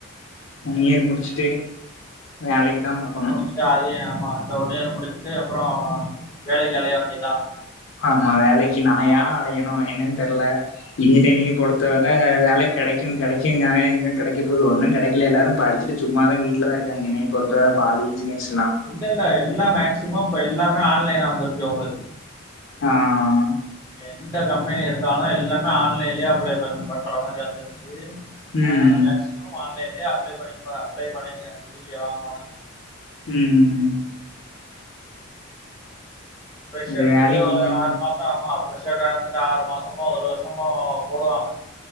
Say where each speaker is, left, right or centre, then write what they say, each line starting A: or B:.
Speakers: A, on the left (about 65°); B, on the left (about 15°).
A: ஒன்
B: ஆ
A: இயர் முடிச்சுட்டு வேலக்கிதா பாக்கணு
B: ட்டு அத ஆமா இந்த ஒன்னியர் முடிச்சுட்டு அப்பறோ வேலைக்கு அலைய வேண்டியதா
A: ஆமா வேலைக்கி நாயா அலையணு என்னன் தெர்ல இன்ஜினியரிங் பொறுத்தவர வேல கெடைக்கு கெடைக்குங்காங்க எங்கு கெடைக்க போது ஒன்னு கெடைக்கல எல்லாரு படிச்சிட்டு சும்மாதா வீட்லதா இருக்காங்கன்ன பொறுத்த வர பாதி இன்ஜினியர்ஸ்னா
B: இல்ல இல்ல எல்லா மேக்சிமம் இப்ப எல்லாமே ஆன்லைனா வந்துடுச்சு உங்களுக்கு
A: ஆ ஆ ஆ
B: என்த கம்பெனி எடுத்தாலு எல்லாமே ஆன்லைன்லே அப்ளை பண்ண பண்ற மாரி வந்துருச்சு
A: ம்,
B: அதனால மேக்சிமம் ஆன்லைன்லே அப்ளே பண்ணி அப்ளே பண்ணிருங்க வீடியோ வாங்கனுனா
A: ம் ம் ம்
B: ஃப்ரெஷ்
A: இது
B: எடுத்துட்டு
A: வேலைக்கு
B: ஒரு
A: ஒன்றும்
B: ஆறு மாசோ ஆமா ஃப்ரெஷ்டா இருந்துட்டு ஆறு மாசமோ ஒரு வருஷமோ போடுவாங்க